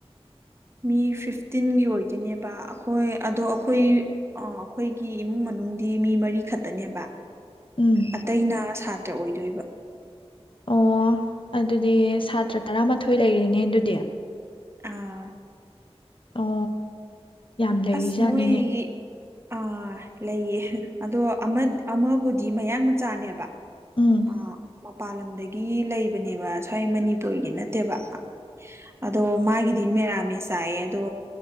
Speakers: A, on the right; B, on the left.
A: ꯃꯤ ꯐꯤꯐꯇꯤꯟꯒꯤ ꯑꯣꯏꯗꯣꯏꯅꯦꯕ ꯑꯩꯈꯣꯏ ꯑꯗꯣ ꯑꯩꯈꯣꯏ ꯑꯩꯈꯣꯏꯒꯤ ꯏꯃꯨꯡ ꯃꯅꯨꯡꯗꯤ ꯃꯤ ꯃꯔꯤ ꯈꯠꯇꯅꯦꯕ
B: ꯎꯝ
A: ꯑꯇꯩꯅ ꯁꯥ ꯇ ꯑꯣꯏꯗꯣꯏꯕ
B: ꯑꯣ ꯑꯗꯨꯗꯤ ꯁꯇ꯭ꯔ ꯇꯔꯥꯃꯥꯊꯣꯏ ꯂꯩꯔꯤꯅꯦ ꯑꯗꯨꯗꯤ
A: ꯑꯥ
B: ꯑꯣ ꯌꯥꯝ ꯂꯩꯔꯤꯖꯥꯠꯅꯤꯅꯦ
A: ꯑꯁ ꯃꯣꯏꯒꯤ ꯑꯥ ꯂꯩꯌꯦ ꯑꯗꯣ ꯑꯃ-ꯑꯃꯕꯨꯗꯤ ꯃꯌꯥꯡ ꯃꯆꯥꯅꯦꯕ
B: ꯎꯝ
A: ꯑꯥ ꯃꯄꯥꯟ ꯂꯝꯗꯒꯤ ꯂꯩꯕꯅꯦꯕ ꯁ꯭ꯋꯥꯏ ꯃꯅꯤꯄꯨꯔꯒꯤ ꯅꯠꯇꯦꯕ ꯑꯗꯣ ꯃꯥꯒꯤꯗꯤ ꯃꯦꯔꯥꯃꯦ ꯆꯥꯏꯌꯦ ꯑꯗꯣ